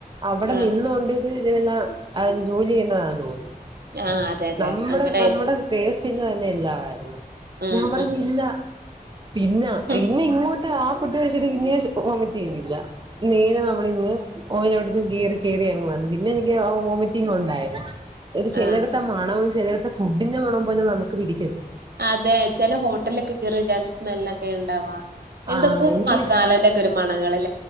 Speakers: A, on the right; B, on the right.
A: അവിടെ
B: ആഹ് ആഹ്
A: നിന്നൊണ്ട് ഇതല്ലാം അ ജോലി ചെയ്യുന്നതാണ് തോന്നുന്നു
B: ആഹ് അതെ അതെ
A: നമ്മടെ
B: അങ്ങനായിരിക്കും
A: നമ്മടെ ടേസ്റ്റിന്റെ തന്നെ ഇല്ലാവാരുന്നു
B: ഉം
A: ഞാൻ പറഞ്ഞ് ഇല്ല പിന്നാ
B: ഉം
A: ഇനി ഇങ്ങോ ആ ഫുഡ്കഴിച്ചിട്ട് ഇന്നേരെ വോമിറ്റ്ചെയ്യുന്നില്ല നേരെ നമ്മളിന്ന് ഓയൊടുത്ത് കേറി കേറി ഇറങ്ങുവാണ് പിന്നെ എനിക്ക് ഓ റ്റിംഗ് ഒണ്ടായി ചെലടത്തെ
B: ആഹ്
A: മണവും ചെലടത്തെ ഫുഡിന്റെ മണവുംപോലും നമുക്ക് പിടിക്ക
B: അതെ ചെല ഹോട്ടലിലൊക്കെ കയറിച്ചാൽ സ്മെല്ലൊക്കെ ഉണ്ടാവാ
A: ആ
B: എന്തൊക്കോ
A: എനിക്ക്
B: മസാലേന്റേ ക്കൊരു മണങ്ങളിൽ